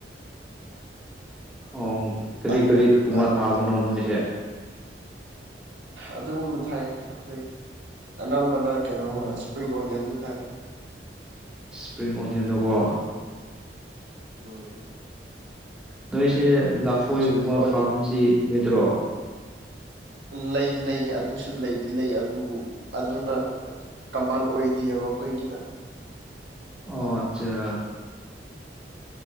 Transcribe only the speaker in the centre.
ꯑꯣꯝ ꯀꯔꯤ
ꯀꯔꯤ ꯊꯀꯨꯝꯕ
ꯐꯥꯕꯅꯣ ꯅꯣꯏꯖꯦ
ꯑꯣ
ꯏꯁꯄ꯭ꯔꯤꯡ ꯑꯣꯅꯤꯌꯟꯗꯣꯒꯣ
ꯅꯣꯏꯁꯦ ꯂꯐꯣꯏꯒꯨꯝꯕ
ꯐꯥꯝꯗꯤ ꯂꯩꯇ꯭ꯔꯣ
ꯑꯣ ꯑꯠꯆꯥ